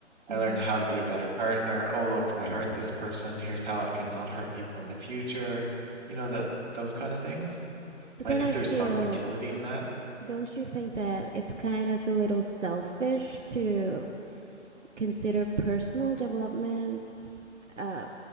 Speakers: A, on the right; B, on the right.
A: I
B: Mm-hmm.
A: learned how to be a better partner. Oh, look, I hurt this person. Here's how I can not hurt people in the future. You know, that those kind of things.
B: But
A: I
B: then
A: think
B: I
A: there's
B: feel,
A: some utility in that.
B: don't you think that it's kind of a little selfish to consider personal development? Uh,